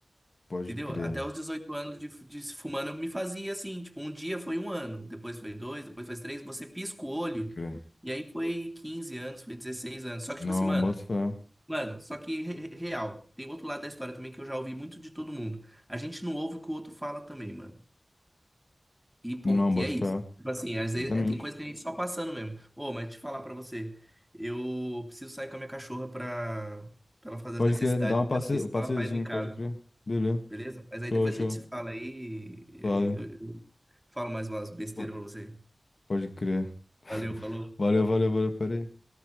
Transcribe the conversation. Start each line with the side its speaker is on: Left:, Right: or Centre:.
Left: Pode
Centre: Entendeu?
Left: crer,
Centre: Até os 18 anos de, fu- de se fumando eu me fazia assim. Tipo, um dia foi um ano, depois foi dois, depois foi três. Você pisca o olho.
Left: pode crer.
Centre: E aí foi 15 anos, foi 16 anos. Só que,
Left: Não,
Centre: tipo assim, mano.
Left: bota fé.
Centre: Mano, só que re- re- real. Tem outro lado da história também que eu já ouvi muito de todo mundo. A gente não ouve o que o outro fala também, mano. E ponto.
Left: Não, bota
Centre: E é isso.
Left: fé.
Centre: Tipo assim, às
Left: Exatamente.
Centre: vezes é- tem coisa que a gente só passando mesmo. Ô, mas deixa eu falar pra você. Eu preciso sair com a minha cachorra pra, pra ela fazer
Left: Pode
Centre: as necessidades
Left: crer, dá um
Centre: dela.
Left: passe...
Centre: Isso
Left: um passeiozinho,
Centre: ela faz em casa,
Left: pode crer. Beleza.
Centre: beleza? Mas aí
Left: Show,
Centre: depois
Left: show.
Centre: a gente se fala aí. e
Left: Suave.
Centre: e Eu, eu falo mais umas besteiras
Left: Po-
Centre: pra você.
Left: Pode crer.
Centre: Valeu, falou.
Left: Valeu, valeu, valeu, peraí.